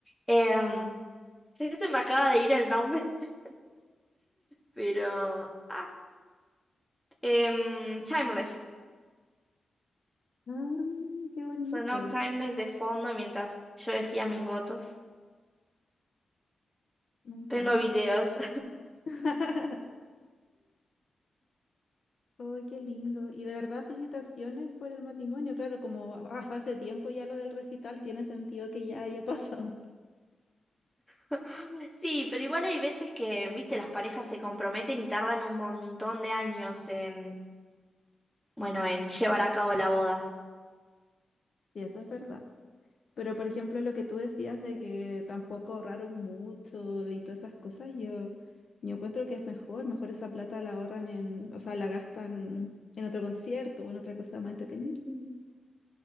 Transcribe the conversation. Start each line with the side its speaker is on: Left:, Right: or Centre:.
Centre: Em, sé que se me acaba de ir el nombre, <laughs> pero... Ah, em, Timeless.
Left: Ah, qué bonito.
Centre: Sonó Timeless de fondo mientras yo decía mis votos.
Left: Me encanta.
Centre: Tengo videos.
Left: <laughs> Oh, qué lindo. Y de verdad, felicitaciones por el matrimonio. Claro, como va- va- hace tiempo ya lo del recital, tiene sentido que ya
Centre: <laughs>
Left: haya <laughs> pasado.
Centre: <laughs> Sí, pero igual hay veces que, viste, las parejas se comprometen y tardan un montón de años en, bueno, en llevar a cabo la boda.
Left: Sí, eso es verdad. Pero, por ejemplo, lo que tú decías de que tampoco ahorraron mucho y todas esas cosas, yo, yo encuentro que es mejor. Mejor esa plata la ahorran en, o sea, la gastan en otro concierto o en otra cosa más entretenida.
Centre: Mm.